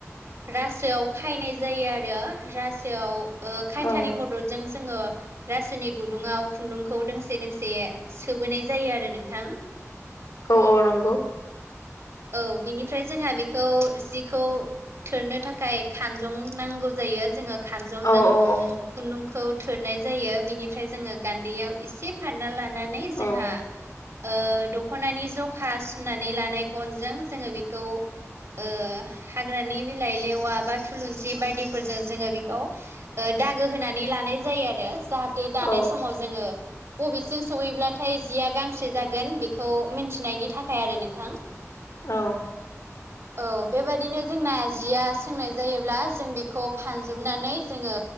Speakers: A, on the right; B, on the left.
A: रासोआव खायनाय जायो आरो रासोआव ओ खायथानि
B: औ
A: मददजों जोङो रासोनि गुदुंङाव खुन्दुंखौ दोंसे दोंसे सोबोनाय जायो आरो नोंथां
B: औ औ नंगौ
A: औ बिनिफ्राय जोंहा बेखौ जिखौ थोरनो थाखाय खानजं नांगौ जायो जोङो खानजंजों
B: औ औ
A: खुन्दुंखौ थोरनाय जायो बिनिफ्राय जोङो गान्दैयाव इसे फानना लानानै जोंहा
B: औ
A: ओ दखनानि जखा सुनानै ला गनजों जोङो बेखौ ओ हाग्रानि बिलाइ लेवा बा थुलुंसि बायदिफोरजों जोङो बेखौ ओ दागो होनानै लानाय जायो आरो जाहाथे दानाय
B: औ
A: समाव जोङो बबेसिम सहैब्ला थाय जिया गांसे जागोन बेखौ मिथिनायनि थाखाय आरो नोंथां
B: औ
A: औ बेबायदिनो जोंना जिया सोंनाय जायोब्ला जों बेखौ फानजोबनानै जोङो